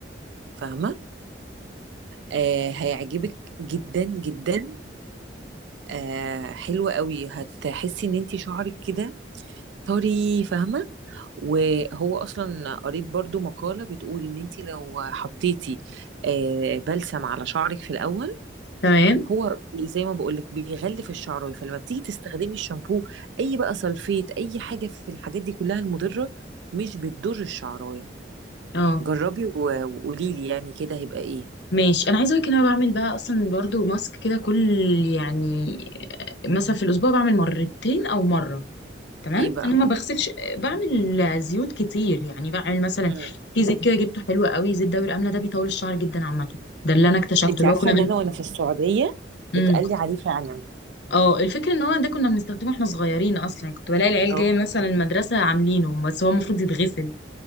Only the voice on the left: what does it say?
تمام
اه
ماشي انا عايزه اقولك ان انا بعمل بقى اصلا برضو ماسك كده كل يعني مثلا في الاسبوع بعمل مرتين او مره تمام
انا ما بغسلش بعمل زيوت كتير يعني بعمل مثلا
في زيت كده جبته حلو قوي زيت دوري الامله ده بيطول الشعر جدا عامه ده اللي انا اكتشفته
اللي
هو كنا
بن...
مم.
اه الفكره ان هو ده كنا بنستخدمه واحنا صغيرين اصلا يعني كنت بلاقي العيال
جايه مثلا المدرسه عاملينه بس هو المفروض يتغسل